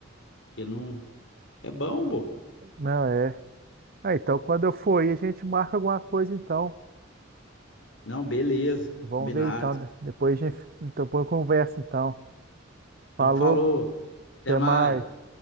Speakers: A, on the left; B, on the right.
A: que não é bom, bobo.
B: Não, é. Ah, então quando eu for aí, a gente marca alguma coisa, então.
A: Não, beleza,
B: Vamos
A: combinado.
B: ver, então. de- Depois a gente, então, depois conversa, então.
A: Então
B: Falou,
A: falou,
B: hein?
A: até
B: até
A: mais.
B: mais.